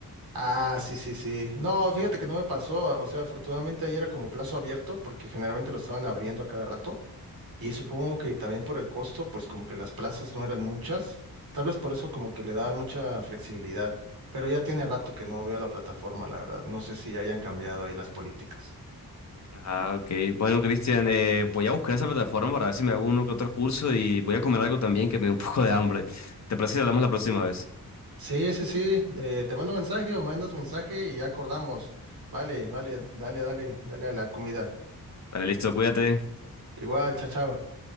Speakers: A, on the right; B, on the left.
A: Ah, sí, sí, sí. No, fíjate que no me pasó, o sea, afortunadamente ahí era como plazo abierto, porque generalmente lo estaban abriendo a cada rato. Y supongo que también por el costo, pues como que las plazas no eran muchas. Tal vez por eso como que le daban mucha flexibilidad. Pero ya tiene rato que no veo la plataforma, la verdad. No sé si hayan cambiado ahí las políticas.
B: Ah, ok. Bueno, Cristian, eh, voy a buscar esa plataforma para ver si me hago uno que otro curso y voy a comer algo también que me dé un <laughs> poco de hambre. ¿Te parece si hablamos la próxima vez?
A: Sí, sí, sí. eh, te mando mensaje o mandas mensaje y ya acordamos. Vale, vale, dale, dale, dale a la comida.
B: Dale, listo, cuídate.
A: Igual, chao, chao.